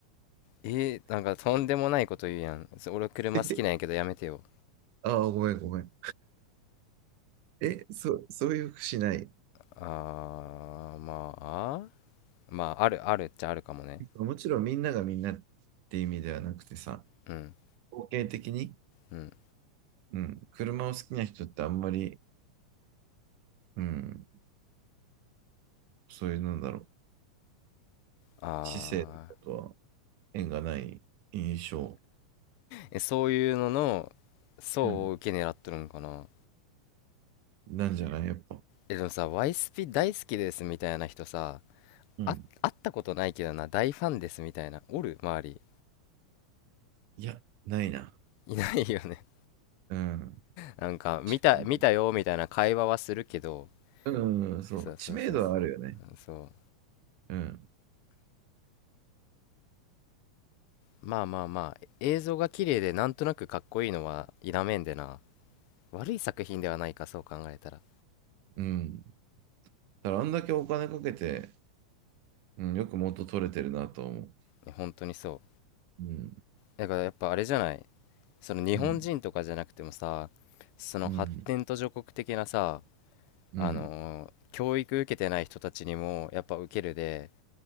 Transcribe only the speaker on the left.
えなんかとんでもないこと言うやんそ俺車好きなんやけどやめてよ
あーまあまああるあるっちゃあるかもね
うん
うん
あ
ー
えそういうのの層を受け狙っとるんかな
えでもさワイスピ大好きですみたいな人さ
あ会ったことないけどな大ファンですみたいなおる周り
いないよね
なんか見た、
見たよみたいな会話はするけど、
そうそうそうそう、
そう。
まあまあまあ、映像が綺麗でなんとなくかっこいいのは否めんでな。悪い作品ではないか、そう考えたら。い
や本当にそ
う。だからやっぱあれじゃない。その日本人とかじゃなくてもさ、
その発展途上国的なさ、
あのー教育受けてない人たちにもやっぱ受けるで、